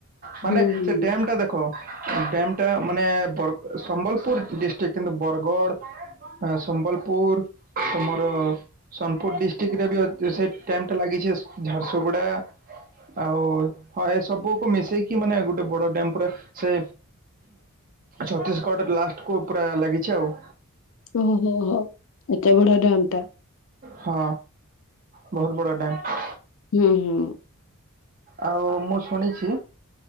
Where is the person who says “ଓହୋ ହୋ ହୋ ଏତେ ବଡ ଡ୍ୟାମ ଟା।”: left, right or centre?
Left